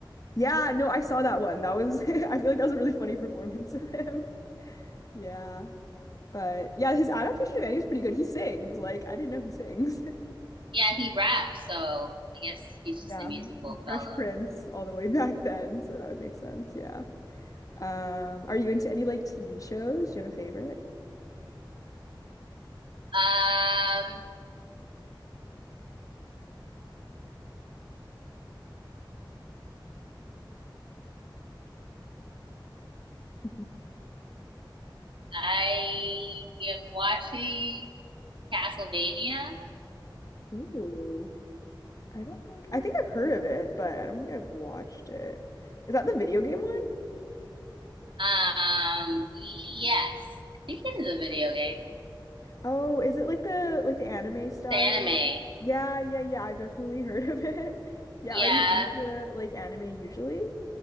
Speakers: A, on the left; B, on the right.
A: Yeah, no, I saw that one. That was <laughs> I feel like that was a really funny performance <laughs> of him. Yeah. But yeah, his adaptation of Annie was pretty good. He sings. Like, I didn't know he sings. <laughs>
B: Yeah, he raps, so I guess he's just
A: Yeah.
B: a musical
A: Fresh
B: fellow.
A: Prince all the way back then, so that would make sense. Yeah. Um, are you into any like TV shows? Do you have a favorite?
B: Um,
A: <laughs> Mhm.
B: I am watching Castlevania.
A: Ooh. I don't think I think I've heard of it, but I don't think I've watched it. Is that the video game one?
B: Um, yes, I think it is a video game.
A: Oh, is it like the like the anime style?
B: It's anime.
A: Yeah, yeah, yeah. I've definitely <laughs> heard of it. <laughs> Yeah,
B: Yeah.
A: are you into like anime usually?